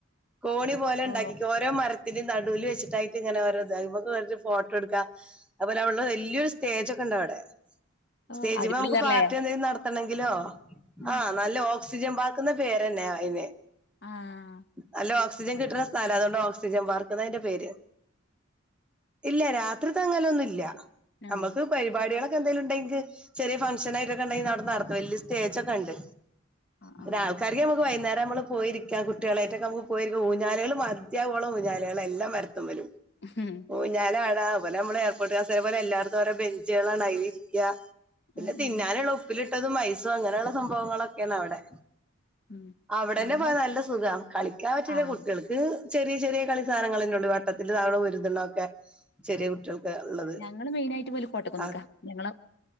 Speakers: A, in the centre; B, on the left (about 60°).
A: കോണി പോലെണ്ടാക്കി
B: ഓ
A: ഓരോ മര- ഇതിന്റ നടുവിൽ വെച്ചിട്ടായിട്ട് ഇങ്ങനെ വരത് അതുമ്മെക്ക് വേറെ ഒര് ഫോട്ടോ എടുക്കാം അതുപലെ അവള്ള വലിയൊ സ്റ്റേജൊക്കെ ന്താ വടെ
B: ഓ
A: സ്റ്റേജ്
B: അടിപൊളിയാല്ലേ
A: മ്മേ മ്മക്ക് പാർട്ടി എന്തെലും നടത്തണെങ്കിലോ
B: ഉം
A: ആഹ് നല്ല ഓക്സ് തിജൻ പാർക്ക്ന്നാ പേര്ന്നേ അയിന്
B: ആാ
A: നല്ല ഓക്സിജൻ കിട്ടുന്ന സ്ഥല അതുകൊണ്ട് ഓക്സിജൻ പാർക്കാന്ന അതിന്റെ പേര്. ഇല്ല രാത്രി തങ്ങലൊന്നുംല്ല.
B: ആ
A: നമ്മക്ക് പരിപാടികളൊ- ഞ്ന്തെലും ണ്ടെങ്ക് ചെറിയ ഫൻക്ഷനായിട്ടൊക്കെണ്ടെങ്കി അവ്ടെ നടത്ത വല്ല്യ സ്റ്റേജോക്കെണ്ട്.
B: ആഹ്
A: പിന്നെ ആൾക്കാർക്ക് നമ്മ്ക്ക് വൈകുന്നേരം നമ്മള് പോയിരിക്കാം കുട്ടിളോയിട്ടൊക്കെ നമ്മക്ക് പോയി ഊഞ്ഞാലുകള് മതിയാവോളം ഊഞ്ഞാലള എല്ലാം മരത്തമ്മലും
B: ആഹ്
A: ഊഞ്ഞാൽ ആ- ദ ഇവിടെ നമ്മള് എയർപോർട്ട് കാസ പോലെ എല്ലായിടുംഓരോ ബെഞ്ചളാണ് ആയില് ഇരിക്ക. പിന്നെ
B: ഉം
A: തിന്നാനുള്ള
B: ഉം
A: ഉപ്പിലിട്ടതും ഐസും അങ്ങനെയുള്ള സംഭവങ്ങളൊക്കെയാണ് അവിടെ.
B: ഉം
A: അവടെന്നെ
B: ഞങ്ങള്
A: പോയാ നല്ല സുഖാ കളിക്കാൻ പറ്റില്ല
B: ആഹ്
A: കുട്ടിൾക്ക് ചെറിയ ചെറിയ കളിസ്ഥാനങ്ങൾന്നോ വട്ടത്തി തവണ വരതണ ഒക്കെ ചെറിയ കുട്ടികൾ ഒള്ളത്
B: ഞങ്ങള് മെയിനായിട്ട് പോല് കോട്ടക്കുന്നുക്കാ
A: ആ
B: ഞങ്ങള്